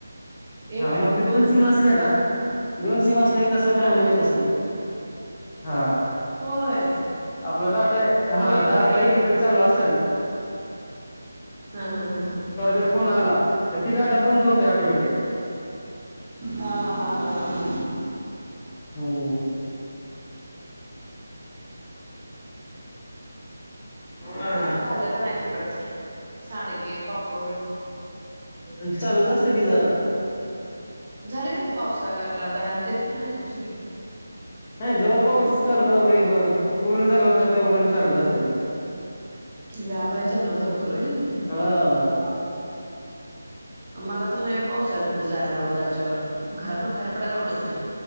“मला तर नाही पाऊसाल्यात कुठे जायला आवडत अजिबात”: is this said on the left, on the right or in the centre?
Right